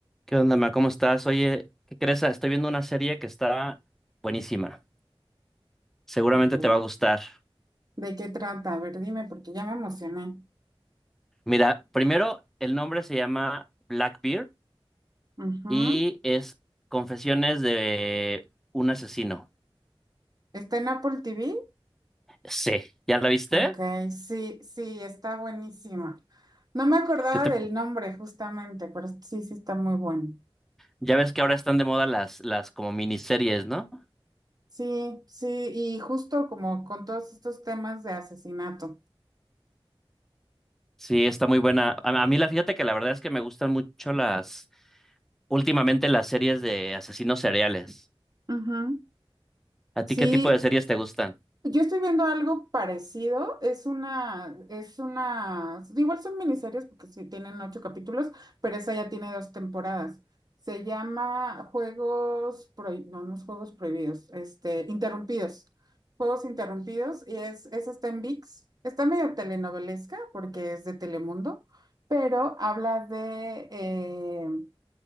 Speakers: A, in the centre; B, on the right.
A: ¿Qué onda, ma? ¿Cómo estás? Oye, ¿qué crees? Ah, Estoy viendo una serie que está buenísima. Seguramente
B: Ok.
A: te va a gustar.
B: ¿De qué trata? A ver, dime, porque ya me emocioné.
A: Mira, primero, el nombre se llama Blackbeard
B: Ujú.
A: y es Confesiones de un asesino.
B: ¿Está en Apple TV?
A: Sí, ¿ya la viste?
B: Ok, sí, sí, está buenísima. No me acordaba
A: ¿Qué te-
B: del nombre justamente, pero sí, sí está muy bueno.
A: Ya ves que ahora están de moda las, las como miniseries, ¿no?
B: Sí, sí, y justo como con todos estos temas de asesinato.
A: Sí, está muy buena. A, a mí la fíjate que la verdad es que me gustan mucho las, últimamente las series de asesinos seriales.
B: Ujú.
A: ¿A
B: Sí,
A: ti qué tipo de series te gustan?
B: Yo estoy viendo algo parecido, es una, es una, igual son miniseries porque sí tienen ocho capítulos, pero esa ya tiene dos temporadas. Se llama Juegos Prohibidos, no, no es Juegos Prohibidos, este, Interrumpidos, Juegos Interrumpidos, y es, esa está en VIX, está medio telenovelesca porque es de Telemundo, pero habla de, eh,